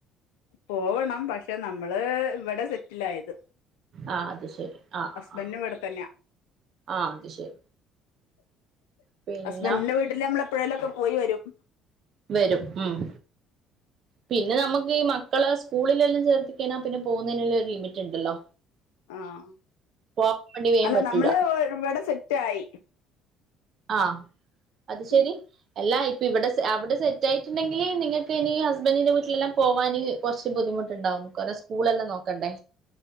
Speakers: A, on the left; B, on the right.
A: പോവണം പക്ഷെ നമ്മള് ഇവിടെ സെറ്റിൽ ആായത്
B: ആ അത് ശരി. ആ
A: ഹസ്ബൻഡ
B: ആ ആ.
A: ഇവിടെ തന്നെയാ
B: ആ അത് ശരി. പിന്നെ
A: ഹസ്ബൻഡിന്റെ വീട്ടില് നമ്മള അപ്പോഴലൊക്കെ പോയി വരും
B: വരും ഉം പിന്നെ നമുക്ക് ഈ മക്കള് സ്കൂളിലെല്ലാം ചേർത്തിക്കനാ പിന്നെ പോകുന്നതിനെല്ലാം ഒരു ലിമിറ്റ് ഉണ്ടല്ലോ
A: ആഹ
B: പോകാൻ വേണ്ടി വേഗം
A: അല്ല
B: പറ്റൂല.
A: നമ്മള് ഇവിടെ സെറ്റായി
B: ആഹ അത് ശരി
A: ഉം.
B: എല്ലാ ഇപ്പ ഇവിടെ അവിടെ സെ റ്റായിട്ടുണ്ടെങ്കിൽ നിങ്ങക്ക് ഇനി ഹസ്ബൻറിിന്റെ വീട്ടിലെല്ലാം പോവാൻ കുറച്ച് ബുദ്ധിമുട്ടുണ്ടാവും കുേ സ്കൂൾ എല്ലാം നോക്കും ക്കണ്ടേ